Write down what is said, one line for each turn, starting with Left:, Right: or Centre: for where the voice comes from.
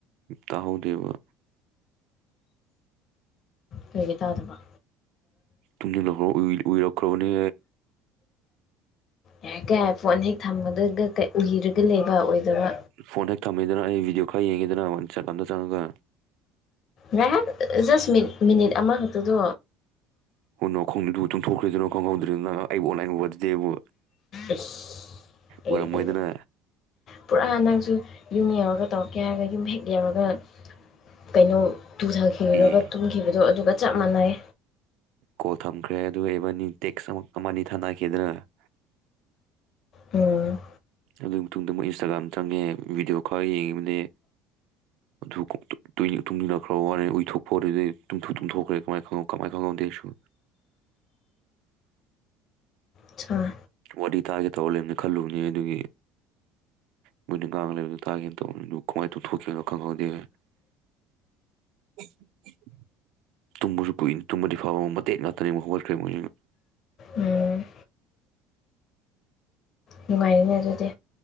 Right: ꯇꯥꯍꯧꯗꯕ
Left: ꯀꯣꯏꯒꯤꯦ ꯇꯥꯗꯕ
Right: ꯇ ꯅꯈꯣ ꯎ ꯎꯏꯔꯈ꯭ꯔꯕꯅꯤ
Left: ꯌꯥꯦ ꯀꯩꯔꯦ ꯐꯣꯟ ꯍꯦꯛ ꯊꯝꯃꯗꯒ ꯎꯍꯔꯒ ꯂꯩꯕ ꯑꯣꯏꯗꯕ
Right: ꯐꯣꯟ ꯍꯦꯛ ꯊꯝꯃꯦꯗꯅ ꯑꯩ ꯚꯕꯤꯗꯤꯑꯣ ꯈꯔ ꯌꯦꯡꯉꯦꯗꯅ ꯋꯥꯟꯁ ꯑꯃꯗ ꯆꯪꯉꯒ
Left: ꯔꯥꯏꯍ ꯖꯁ ꯃꯤꯅꯤꯠ ꯑꯃꯈꯛꯇꯗꯣ
Right: ꯍ ꯅꯣꯛ ꯈꯪꯅꯤꯡꯩꯗꯨꯕꯨ ꯑꯗꯨ ꯇ ꯊꯣꯛꯈ꯭ꯔꯗꯣꯏꯅꯣ ꯈꯪꯍꯧꯗ꯭ꯔꯤꯗ ꯅꯪ ꯑꯩꯕꯨ ꯑꯣꯟꯂꯥꯏꯟ ꯑꯣꯏ ꯋꯥꯕꯗꯤꯦꯕꯨ
Left: ꯏꯁ ꯑꯩꯗꯤꯕ
Right: ꯎꯔꯝꯃꯣꯏꯗꯅ
Left: ꯄꯨꯔꯥ ꯅꯪꯁꯨ ꯌꯨꯝ ꯌꯧꯔꯒ ꯇꯧꯔꯛꯀꯦ ꯍꯥꯏꯔꯒ ꯌꯨꯝ ꯍꯦꯛ ꯌꯧꯔꯒ ꯀꯩꯅꯣ ꯇꯨꯊꯈꯤꯕꯒ
Right: ꯑꯦ
Left: ꯇꯨꯝꯈꯤꯕꯗꯣ ꯑꯗꯨꯒ ꯆꯞ ꯃꯥꯟꯅꯩ
Right: ꯀꯣꯜ ꯊꯝꯈ꯭ꯔꯦ ꯑꯗꯨꯒ ꯏꯚꯟꯅꯤ ꯇꯦꯛꯁ ꯑꯃ ꯀꯅꯤ ꯊꯥꯅꯈꯤꯗꯅ <inaudible>
Left: ꯎꯝ
Right: ꯑꯗꯨꯒꯤ ꯃꯇꯨꯡꯗ ꯃꯣꯏ ꯏꯟꯁꯇꯥꯒ꯭ꯔꯥꯝ ꯆꯪꯉꯦ ꯚꯤꯗꯤꯑꯣ ꯈꯔ ꯌꯦꯡꯉꯤꯕꯅꯦ ꯑꯗꯨ ꯇꯨꯝꯃꯤꯟꯅꯈ꯭ꯔꯕ ꯋꯥꯔꯦ ꯎꯏꯊꯣꯛꯄꯨꯝ ꯇꯨꯝꯊꯣꯛꯈ꯭ꯔꯦ ꯀꯃꯥꯏ ꯈꯪꯉ ꯀꯃꯥꯏ ꯈꯪꯉꯛ <inaudible>
Left: ꯁꯥ
Right: ꯋꯥꯔꯤ ꯇꯥꯒꯦ ꯇꯧꯔ ꯂꯩꯔꯝꯅꯤ ꯈꯜꯂꯨꯕꯅꯤ ꯑꯗꯨꯒꯤ ꯃꯣꯏꯗꯤ ꯀꯥꯡ ꯂꯩꯕꯗꯨ ꯇꯥꯒꯦꯅ ꯇꯅꯤ ꯀꯃꯥꯏ ꯇꯨꯊꯣꯛꯀꯦꯅ ꯈꯪꯍꯧꯗꯦꯦ <inaudible> ꯇꯨꯝꯕꯁꯨ ꯀꯨꯏꯅꯤ ꯇꯨꯝꯕꯗꯤ ꯐꯥꯎꯕ ꯃꯇꯦꯛ ꯉꯥꯛꯇꯅꯤ ꯃꯍ ꯍꯧꯠꯈ꯭ꯔꯦ <inaudible>
Left: ꯎꯝ ꯅꯨꯡꯉꯥꯏꯔꯤꯅꯦ ꯑꯗꯨꯗꯤ